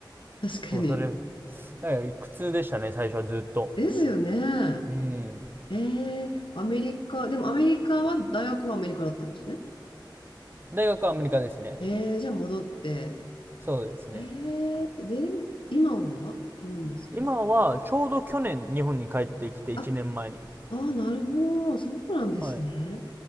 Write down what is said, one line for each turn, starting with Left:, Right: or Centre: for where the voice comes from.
Left: 確かに。
Right: もうそれ、なんか苦痛でしたね、最初はずっと。
Left: ですよね。
Right: うん。
Left: ええアメリカ、でもアメリカは、大学はアメリカだったんですね。
Right: 大学はアメリカですね。
Left: ええじゃあ戻って、
Right: そうですね。
Left: えー、で、今は何ですか
Right: 今は、ちょうど去年日本に帰ってきて、1年前に。
Left: あ、あー、なるほど。そうなんですね。
Right: はい。